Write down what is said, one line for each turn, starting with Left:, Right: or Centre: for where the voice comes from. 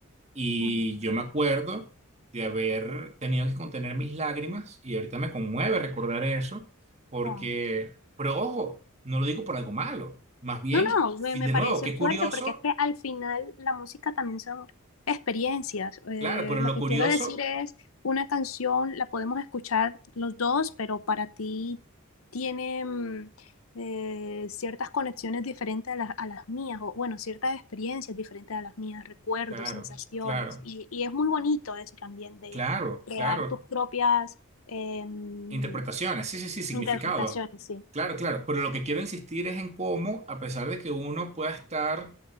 Right: Y
Left: mm,
Right: yo me acuerdo de haber tenido que contener mis lágrimas y ahorita me conmueve recordar eso, porque,
Left: wow.
Right: pero ojo, no lo digo por algo malo, más bien,
Left: No, no,
Right: fi-
Left: me, me
Right: de
Left: parece
Right: nuevo, qué
Left: fuerte
Right: curioso,
Left: porque es que al final la música también son experiencias. Eh,
Right: claro, pero
Left: lo
Right: lo
Left: que
Right: curioso,
Left: quiero decir es, una canción la podemos escuchar los dos, pero para ti tiene mm, eh, ciertas conexiones diferentes a las, a las mías, o bueno, ciertas experiencias diferentes a las mías, recuerdos,
Right: claro,
Left: sensaciones,
Right: claro,
Left: y, y es muy bonito eso también de
Right: claro,
Left: crear
Right: claro,
Left: tus propias em,
Right: interpretaciones, sí, sí, sí, significados,
Left: interpretaciones, sí.
Right: claro, claro, pero lo que quiero insistir es en cómo, a pesar de que uno pueda estar